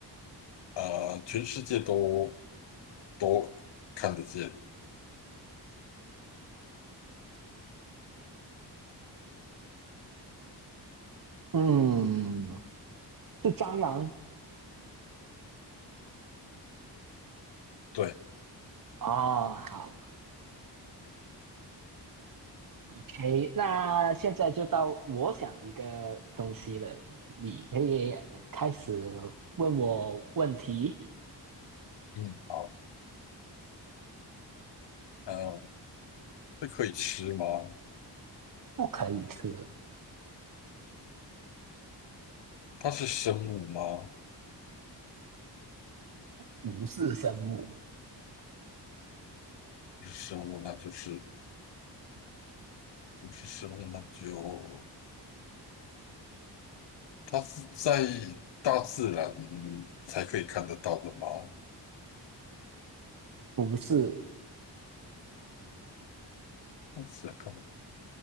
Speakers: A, on the left; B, on the right.
A: 呃，全世界都都看得见。
B: 嗯，是蟑螂
A: 对，
B: 哦。好，OK，那现在就到我想一个东西了，你可以开始问我问题。
A: 嗯，好，呃，这可以吃吗？
B: 不可以吃，
A: 它是生物吗？
B: 不是生物，
A: 不是生物，那就是不是生物，那就它是在大自然才可以看得到的吗？
B: 不是，
A: 大自然看不到，